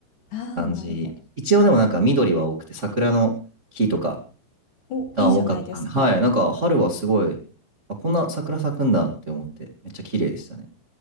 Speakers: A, on the left (about 50°); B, on the right (about 45°).
A: ああ、
B: 感じ。
A: なるほど。
B: 一応でもなんか緑は多くて桜の木とか
A: お、
B: が多かったんで、
A: いいじゃないですか。
B: はい、なんか春はすごい、あ、こんな桜咲くんだって思ってめっちゃ綺麗でしたね。